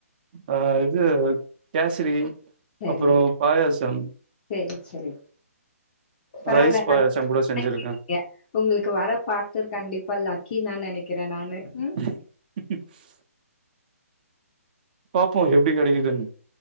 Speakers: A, on the right; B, on the left.
A: ஆ இது கேசரி
B: சரி,
A: அப்பறோ பாயாசம்
B: சரி சரி பரவால்ல
A: ரைஸ் பாயாசம்
B: நல்லா
A: கூட
B: சமைக்கிறீங்க
A: செஞ்சிருக்கே
B: உங்களுக்கு வர பாட்னர் கண்டிப்பா லக்கி தா நெனைக்கிறே நானு ம்.
A: <unintelligible> பாப்போ எப்டி கெடைக்குதுன்